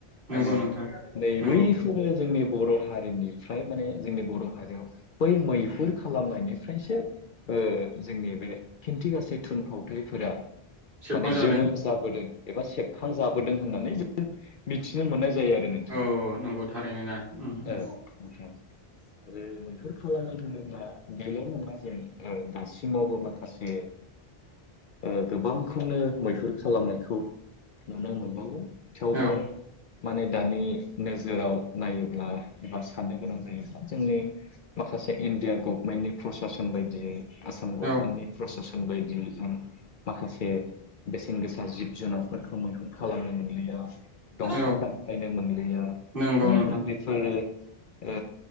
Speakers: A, on the right; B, on the left.
A: नंगौ
B: माने
A: नोंथां
B: नै
A: नंगौ
B: बैखौबो जोंनि बर' हारिनिफ्राय माने जोंनि बर' हारियाव बै मैहुर खालामनायनिफ्रायसो ओ जोंनि बे खिन्थिगासै थुनफावथायफोरा
A: सेबखां जा
B: जोनोम जाबोदों एबा सेबखां जाबोदों होननानै जों मिथिनो मोननाय जायो आरो नोंथाङा
A: औ नंगौ थारैनो ना उम उम
B: औ नोंथां। आरो मैहुर खालामनाय होनोब्ला बेल' नङा जों ओ दासिमावबो माखासे
A: <inaudible>
B: ओ गोबांखौनो मैहुर खालामनायखौ नुनो मोनबावो थेवबो
A: औ
B: माने दानि नोजोराव नायोब्ला एबा साननो गोनां जायोब्ला जोंनि माखा सासे इण्डिया गभनमेन्टनि प्रससन बायदियै आसाम गभमेन्टनि
A: औ
B: प्रसासन बायदियै जों माखासे बेसेन गोसा जिब जुनारफोरखौ महुर खालामनो मोनलिया दंफां
A: औ
B: दानफायनो मोनलिया
A: नंगौ
B: माने
A: नोंथां
B: नै बेफोरो ओ